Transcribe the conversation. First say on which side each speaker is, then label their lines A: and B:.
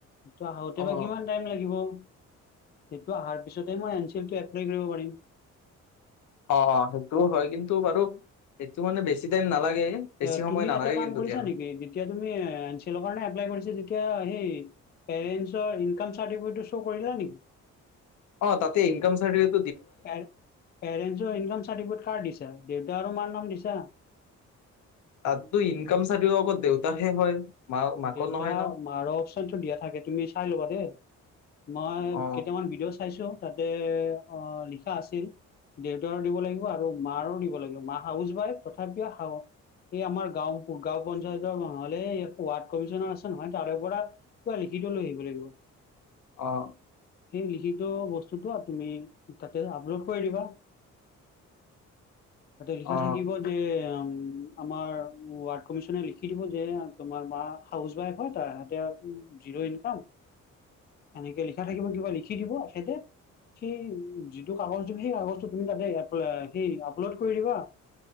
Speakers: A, on the left (about 35°); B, on the left (about 70°).
A: টো আহোতে
B: অ
A: বা কিমান টাইম লাগিব। সেইটো আহাৰ পিছতে না এনচিএল টো এপ ৰেগ নিব পাৰিম।
B: অ' অ' সেইটোও হয়। কিন্তু বাৰু এইটো মানে বেছি টাইম নালাগে। বেছি
A: অ'
B: সময়
A: তুমি
B: নালাগে
A: এটা কাম
B: কিন্তু
A: কৰিছা
B: দিয়া
A: নেকি? যেতিয়া তুমি এন চি এলৰ কাৰণে এপ্লাই কৰিছা তেতিয়া হেই সেই পেৰেণ্টছৰ ইনকম চাৰ্তিফিকেতটো চৌৰ কৰিলা নেকি?
B: অ' তাতে ইনকম চাৰ্টিফিকে
A: পে পেৰেনছৰ ইনকম চাৰ্টিফিকেট কাৰ দিছা? দেউতা আৰু মাৰ নাম দিছা?
B: তাততো ইনকাম চাৰ্টিফিকত অকল দেউতাৰহে হয়। মা মাকৰ
A: দেউতা-মাৰৰ
B: নহয় ন
A: অপচনটো দিয়া থাকে, তুমি চাই ল'বা দেই। মই
B: অ
A: কেইটামান ভিডিঅ' চাইছো, তাতে অ' লিখা আছিল। দেউতাৰো দিব লাগিব আৰু মাৰো দিব লাগিব, মা হাউচৱাইফ, তথাপিও হা এই আমাৰ গাঁও-গাঁও পঞ্চায়তৰ নহ'লে ৱাৰ্ড কমিশনৰ আছে নহয়, তাৰে পৰা কিবা লিখিত লৈ আহিব লাগিব।
B: অ'।
A: সেই লিখিত বস্তুটো, তুমি তাতে আপলোড কৰি দিবা। তাতে লিখা
B: অ
A: থাকিব যে, উম আমাৰ ৱাৰ্ড কমিছনে লিখি দিব যে তোমাৰ মা হাউচৱাইফ হয়, তাৰ হাতে আৰু জিৰ' ইনকাম এনেকে লিখা থাকিব দিবা, লিখি দিব এখেতে। সেই যিটো কাগজ তুমি সেই কাগজটো তুমি তাতে সেই আপলোড কৰি দিবা